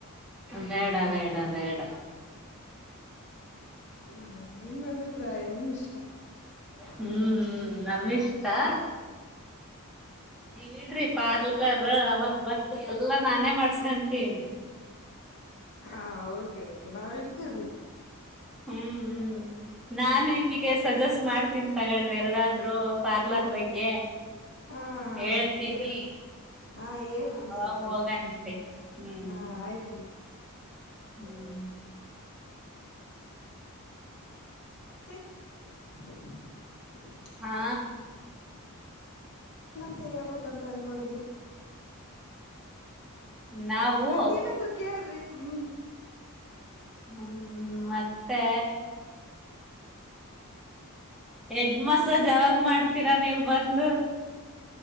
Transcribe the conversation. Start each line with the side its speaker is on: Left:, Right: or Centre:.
Centre: ಬೇಡ ಬೇಡ ಬೇಡ.
Left: ಹಾ ನಿಮ್ಮ್ ಅಭಿಪ್ರಾಯ ನಿಮ್ ಇಷ್ಟ.
Centre: ಹ್ಮ್ ನಮಿಷ್ಟ. ಬಿಡ್ರಿ ಪಾರ್ಲರ್ ಅವಾಗ ಬಂದು ಎಲ್ಲಾ ನಾನೇ ಮಾಡ್ಸ್ಕಂತೀನಿ.
Left: ಹಾ ಓಕೆ ಓಕೆ ನಾವ್ ಇಡ್ತೇವ್ರಿ.
Centre: ಹ್ಮ್ ನಾನು. ಹಾಗೆ ಸಜೆಸ್ಟ್ ಮಾಡ್ತನೀ ತಗಳ್ರಿ ಎಲ್ಲಾದ್ರು ಪಾರ್ಲರ್ ಬಗ್ಗೆ.
Left: ಹಾ
Centre: ಹೇಳ್ತೀನಿ.
Left: ಹೇಳ್ರಿ ಹಾ, ಹೇಳ್ರಿ
Centre: ಅವಾಗ
Left: ಸ್ವಲ್ಪ
Centre: ಹೋಗಂತ್ರಿ. ಹ್ಮ್
Left: ಹಾ ಆಯ್ತ್ರಿ.
Centre: ಹ್ಮ್,
Left: ಹ <unintelligible>
Centre: ಹಾ,
Left: ಏನಂತ ಹೇಳ್ಬೇಕು ಅಂತ ಅನ್ಕೊಂಡಿದರಿ.
Centre: ನಾವು
Left: ನಿಮ್ಮತ್ತಿಏನಂದ್ರು ಕೇಳ್ರಿ ಹ್ಮ್.
Centre: ಹ್ಮ್, ನಮ್ಮತ್ತೆ ಎಡ್ ಮಸಾಜ್ ಯಾವಾಗ್ ಮಾಡ್ತೀರಾ ನೀವು ಬಂದು?.